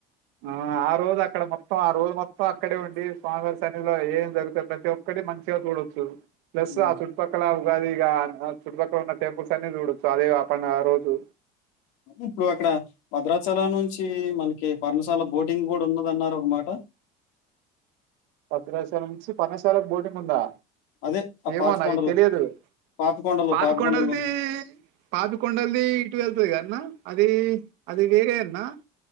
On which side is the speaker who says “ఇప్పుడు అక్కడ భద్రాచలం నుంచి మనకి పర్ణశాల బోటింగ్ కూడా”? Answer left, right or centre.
Left